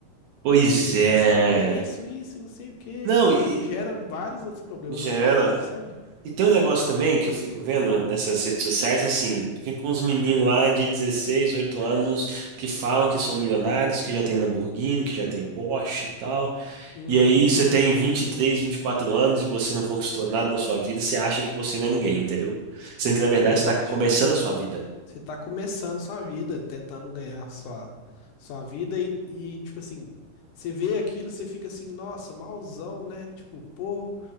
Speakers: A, on the right; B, on the left.
A: Pois
B: E aí
A: é.
B: fica assim, eu mereço isso e não sei o quê. E
A: Não, e,
B: aí gera vários outros problemas,
A: já
B: outros
A: era.
B: fatores, sabe?
A: E tem um negócio também que eu fico vendo nessas redes sociais, assim, fica uns meninos lá de 16 8 anos que falam que são milionários, que já tem Lamborghini, que já tem Porsche e tal.
B: Uhum.
A: E aí você tem vinte vinte e três vinte e quatro anos e você não conquistou nada na sua vida, você acha que você não é ninguém, entendeu? Sendo que
B: É
A: na verdade
B: verdade.
A: você tá começando a sua vida.
B: Você tá começando sua vida, tentando ganhar sua, sua vida e, e, tipo assim, você vê aquilo, você fica assim, nossa, malzão, né? Tipo, pô,